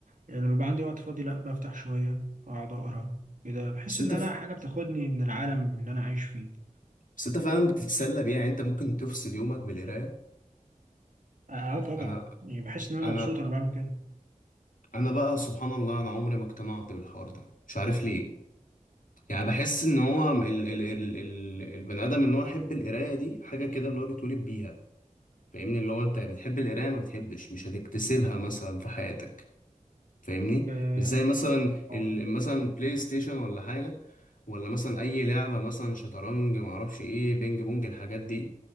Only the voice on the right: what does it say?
يعني لما يبقى عندي وقت فاضي لا بفتح شوية أقعد أقرأ كده بحس
إن أنا حاجة بتاخدني من العالم اللي أنا عايش فيه
أه آه طبعا
يعني بحس إن أنا
مبسوط أنا بعمل كده
آه
آه